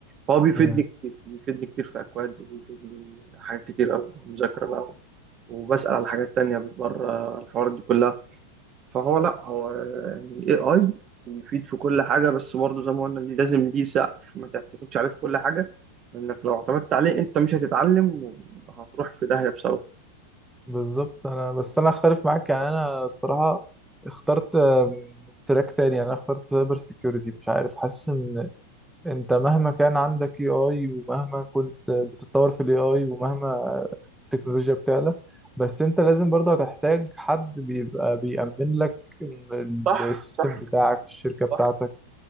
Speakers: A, on the right; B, in the centre.
A: هو بيفيدني
B: ايه؟
A: كتير بيفيدني كتير في أكواد وبيفيدني حاجات كتير أوي مذاكرة بقى وبسأل على حاجات تانية بره الحوارات دي كلها فهو لأ هو يعني AI بيفيد في كل حاجة بس برضه زي ما قلنا ليه- لازم ليه سقف ما تعتمدش عليه في كل حاجة لأنك لو اعتمدت عليه أنت مش هتتعلم وهتروح في داهية بسببه
B: بالظبط انا بس انا اختلف معاك يعني انا الصراحه اخترت آم، تراك تاني يعني انا اخترت سايبر سيكيورتي مش عارف حاسس ان انت مهما كان عندك اي اي ومهما كنت بتتطور في الاي اي ومهما التكنولوجيا بتعلى بس انت لازم برضه هتحتاج حد بيبقى بيأمن لك ال-
A: صح
B: السيستم
A: صح
B: بتاعك الشركه بتاعتك
A: صح